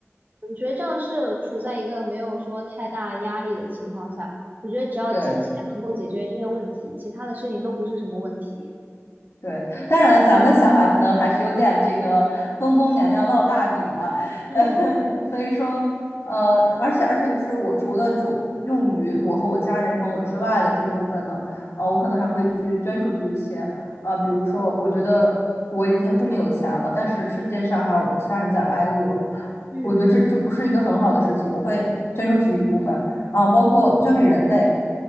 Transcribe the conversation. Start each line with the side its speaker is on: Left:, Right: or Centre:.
Right: 我觉得这样是处在一个没有说太大压力的情况下，我觉得只要金钱能够解决这些问题，
Left: 对，
Right: 其他的事情都不是什么问题。
Left: 对，当然了，咱们的想法可能还是有点这个东宫娘娘烙大饼啊，<laughs>
Right: 嗯
Left: 呃，所以说，呃，而且而且就是我除了就是用于我和我家人朋友之外的这部分呢，呃，我可能还会去捐出去一些，呃，比如说我觉得我已经有这么有钱了，但是世界上还有其他人在挨饿，
Right: 嗯。
Left: 我觉得这这不是一个很好的事情，我会捐出去一部分，啊、包括捐给人类。